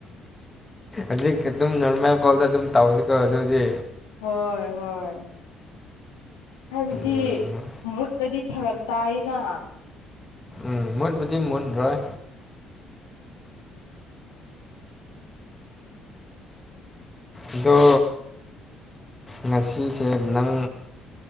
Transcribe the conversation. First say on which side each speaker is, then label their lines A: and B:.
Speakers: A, on the left; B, on the left.
A: ꯑꯗꯨꯒꯤꯗꯨꯝ ꯅꯣꯔꯃꯦꯜ ꯀꯣꯜꯗ ꯑꯗꯨꯝ ꯇꯧꯁꯤꯀꯣ ꯑꯗꯨꯗꯤ
B: ꯍꯣꯏ ꯍꯣꯏ ꯍꯥꯏꯕꯗꯤ
A: ꯎꯝ
B: ꯃꯨꯠꯂꯗꯤ ꯐꯔꯛ ꯇꯥꯏꯅ
A: ꯎ ꯃꯨꯠꯄꯨꯗꯤ ꯃꯨꯠ ꯂꯣꯏ ꯑꯗꯣ ꯉꯁꯤꯁꯦ ꯅꯪ